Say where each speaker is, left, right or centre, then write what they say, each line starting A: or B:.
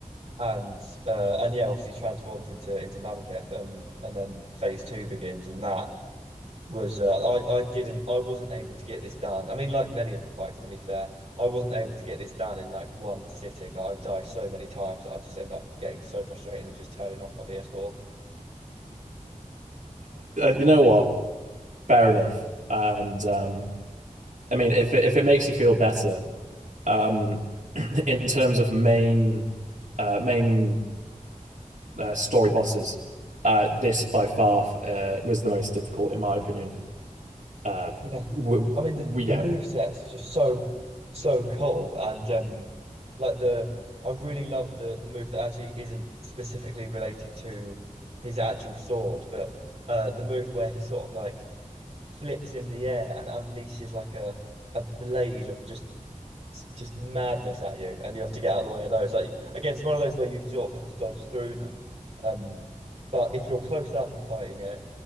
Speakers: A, on the right; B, on the right.
A: and uh, and yeah, obviously transforms into into Malekith, and and then phase two begins, and that was uh, I I didn't I wasn't able to get this done. I mean, like many of the fights, to be fair, I wasn't able to get this done in like one sitting. Like, I die so many times that I just end up getting so frustrated and just turning off my PS4.
B: You know what? Fair enough. And um, I mean, if it, if it makes you feel better, um, <clears throat> in terms of main uh, main uh, story bosses, uh, this by far uh, was the most difficult, in my opinion. Uh,
A: Yeah,
B: w
A: I mean the
B: w
A: the
B: yeah,
A: move sets are just so so cool and um like the I really love the the move that actually isn't specifically related to his actual sword, but uh the move where he sort of like flips in the air and unleashes like a a blade of just s- just madness at you, and you have to get out of the way of those. Like again, it's one of those where you sort of have to dodge through them. Um, but if you're close up and fighting it,